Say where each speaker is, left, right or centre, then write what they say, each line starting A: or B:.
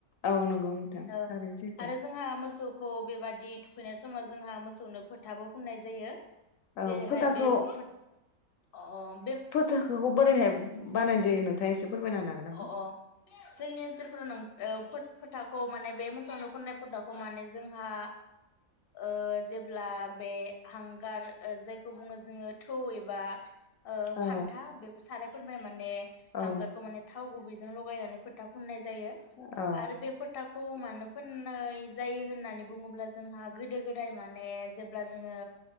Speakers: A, on the left; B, on the left.
A: औ नंगौ नोंथां
B: ओ
A: थारैनो सैथो
B: आरो जोंहा मोसौ खौ बेबादि थुखैनाय समाव जोंहा मोसौनो फोथाबो फुननाय जायो।
A: औ
B: जेरैहाय
A: फोथाखौ
B: बे फोथ अ बे
A: फोथाखौ बोरैहाय बानाय जायो नोंथाङा एसे फोरमायना होनो हागोन नामा?
B: अ अ जोंनि ओनसोलफोराव नों औ फोथ फोथाखौ माने बे मोसौनो फुननाय फोथाखौ माने जोंहा ओ जेब्ला बे हांगार जायखौ खौ बुंङो जोङो थौ एबा ओ
A: औ
B: खान्था बेफोर साराय फोरमाय माने
A: औ
B: हांगारखौ माने थाव गुबैजों लगायनानै फोथा फुननाय जायो
A: औ
B: आरो बे फोथाखौ औ मानो फोननाय जायो होननानै बुङोब्ला जोंहा गोदो गोदाय माने जेब्ला जोंङो